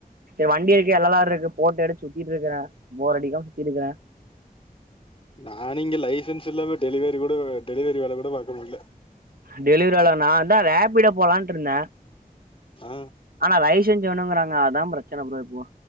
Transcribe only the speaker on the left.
நானு இங்க லைசன்ஸ் இல்லாம டெலிவரி கூட டெலிவரி வேல கூட பாக்க முட்ல
ஆ